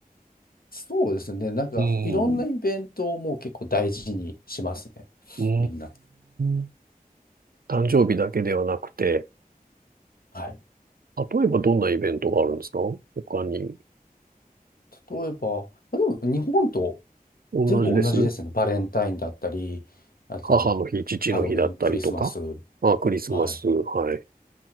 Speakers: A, on the left; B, on the right.
A: そうですね。なんかいろんなイベントをもう結構大事にしますね。
B: うん。うー
A: みんな。
B: ん。誕生日だけではなくて、
A: はい。
B: 例えばどんなイベントがあるんですか他に。
A: 例えば、まあでも日本と
B: 同じです。
A: 全部同じですね。バレンタインだったり、あと、
B: 母の日、父の日だったりとか。
A: ハロウィン、クリスマス。
B: あ、クリスマス。
A: はい。
B: はい。